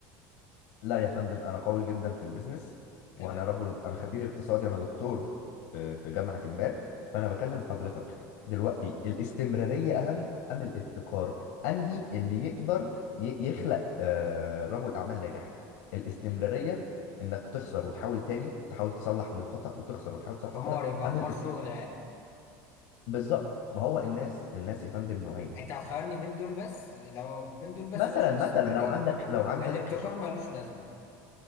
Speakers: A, on the left; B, on the left.
A: لا يا فندم انا قوي جدا في البيزنس
B: تمام
A: وانا رجل انا خبير اقتصادي انا دكتور في في جامعه ما فانا بكلم حضرتك دلوقتي الاستمراريه اهم ام الابتكار انهي اللي يقدر ي- يخلق آه، رجل اعمال ناجح الاستمراريه انك تخسر وتحاول تاني تحاول تصلح من الخطا وتخسر وتحاول تصلح
B: حمار
A: من الخطا
B: يبقى
A: اما
B: حمار
A: الابتكار
B: شغل يعني
A: بالظبط ما هو الناس الناس يا فندم نوعين
B: انت هتخيرني بين دول بس لو بين دول بس
A: مثلا
B: ماشي الاستمرارية
A: مثلا لو عندك لو عندك
B: الابتكار
A: شغل،
B: ملوش لازمة يعني